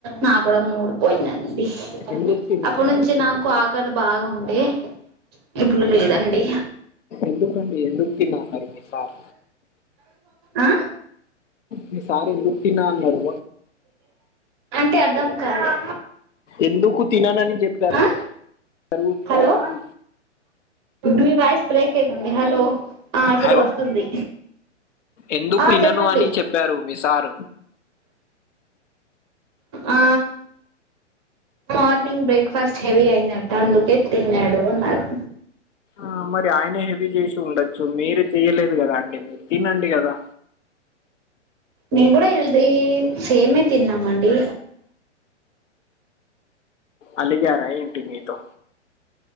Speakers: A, on the right (about 25°); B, on the left (about 80°).
A: నా కూడా మూడు పోయిందండి
B: ఎందుకు తినా
A: అప్పుడు
B: అన్నారు
A: నుంచి నాకు ఆకలి బాగా ఉండే ఇప్పుడు లేదండి
B: ఎందుకండి ఎందుకు తిన్నామన్నారు మీ సార్
A: ఆ
B: మీ సారు ఎందుకు తినా అన్నారు
A: అంటే అర్థం కాలే
B: ఎందుకు తిననని చెప్పారూ
A: ఆ
B: మీ
A: హలో
B: సారు
A: మీ వాయిస్ బ్రేక్ అయితుంది హలో ఆ ఇప్పుడు
B: హలో
A: వస్తుంది
B: ఎందుకు
A: ఆ
B: ఇనను
A: చెప్పండి
B: అని చెప్పారు మీ సార్
A: ఆ మార్నింగ్ బ్రేక్ఫాస్ట్ హెవీ అయిందట అందుకే తిన్నాను అనాడు
B: ఆ మరి ఆయన హెవీ చేసి ఉండొచ్చు మీరు చెయ్యలే అంతే కదా అండి మీరు తినండి కదా
A: నేను కూడా హెల్ది సేమే తిన్నాము అండి
B: అలిగారా ఏంటి మీతో